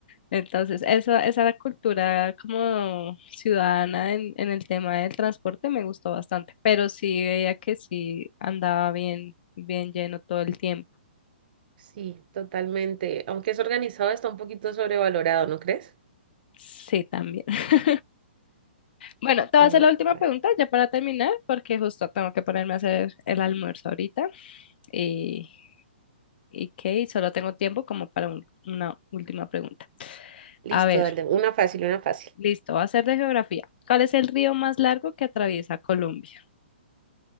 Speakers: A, on the left (about 60°); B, on the right (about 55°).
A: Entonces, eso, esa cultura como ciudadana en, en el tema del transporte me gustó bastante, pero sí veía que sí andaba bien, bien lleno todo el tiempo.
B: Sí, totalmente. Aunque es organizado, está un poquito sobrevalorado, ¿no crees?
A: Sí, también. <laughs> Bueno, te
B: Ta,
A: voy a hacer la última
B: ta.
A: pregunta ya para terminar, porque justo tengo que ponerme a hacer el almuerzo ahorita y, y que solo tengo tiempo como para un- una última pregunta.
B: Listo,
A: A ver,
B: dale. Una fácil, una fácil.
A: listo, va a ser de geografía. ¿Cuál es el río más largo que atraviesa Colombia?